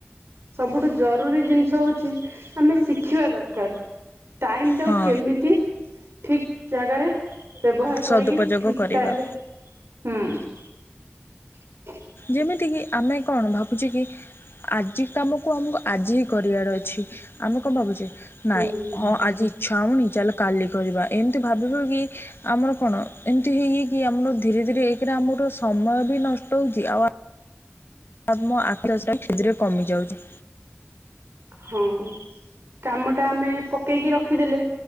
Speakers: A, on the right (about 70°); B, on the left (about 55°).
A: ସବୁଠୁ ଜରୁରୀ ଜିନିଷ ହଉଛି ଆମେ ଶିଖିବା ଦରକାର। ଟାଇମ ଟାକୁ
B: ହଁ
A: କେମିତି ଠିକ ଜାଗାରେ ବ୍ୟବହାର
B: ସଦୁପଯୋଗ
A: କରିକି ଠିକ
B: କରିବା
A: ଟାଇମ ରେ ହୁଁ। <unintelligible>
B: ଯେମିତିକି ଆମେ କଣ ଭାବୁଛେ କି ଆଜି କାମକୁ ଆମକୁ ଆଜି ହିଁ କରିବାର ଅଛି ଆମେ କଣ ଭାବୁଛେ
A: ହୁଁ
B: ନାଇଁ
A: ହୁଁ
B: ହଁ ଆଜି ଇଚ୍ଛା ହଉନି ଚାଲ କାଲି କରିବା ଏମିତି ଭାବିବ କି ଆମର କଣ ଏମିତି ହେଇ ହେଇକି ଆମର ଧୀରେ ଧୀରେ ଏକରେ ଆମର ସମୟ ବି ନଷ୍ଟ ହେଉଛି ଆଉ ଆ ଆମ ଆଖ <unintelligible> ଧୀରେ କମିଯାଉଛି।
A: ହଁ। କାମ ଟା ଆମେ ପକେଇକି ରଖିଦେଲେ